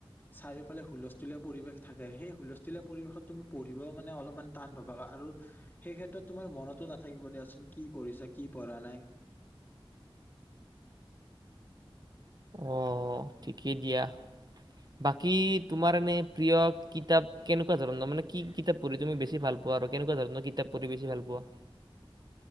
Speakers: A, on the left; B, on the right.
A: চাৰিওফালে হুলস্থুলীয়া পৰিৱেশ থাকে সেই হুলস্থূুলীয়া পৰিৱেশত তুমি পঢ়িব মানে অলপমান টান পাবা আৰু সেই ক্ষেত্ৰত তোমাৰ মনতো নাথাকিব দিয়াচোন কি পঢ়িছা কি পঢ়া নাই
B: অ ঠিকেই দিয়া বাকী তোমাৰ এনে প্ৰিয় কিতাপ কেনেকুৱা ধৰণৰ মানে কি কিতাপ পঢ়ি তুমি বেছি ভাল পোৱা আৰু কেনেকুৱা ধৰণৰ কিতাপ পঢ়ি বেছি ভাল পোৱা